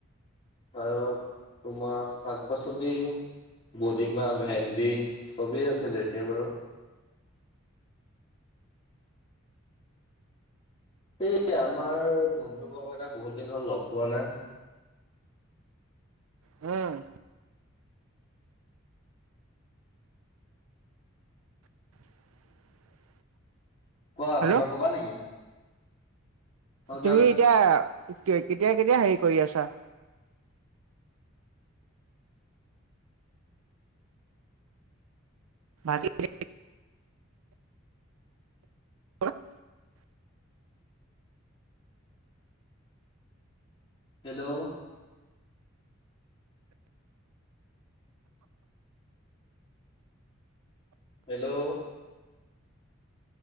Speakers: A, on the left (about 30°); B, on the right (about 85°).
A: আৰু তোমাৰ শাক - পাচলি বদিমা ভেন্দি চবেই আছিল এতিয়া বাৰু সেই আমাৰ বন্ধুবৰ্গ তাক বহুত দিন হল লগ পোৱা নাই
B: উম <inaudible>
A: কোৱা
B: হেল্ল'
A: কিবা কবা নেকি? অ' কিবা
B: তুমি এতিয়া কেতিয়া কেতিয়া হেৰি কৰি আছা বাজি <inaudible> <unintelligible>
A: হেল্ল' হেল্ল'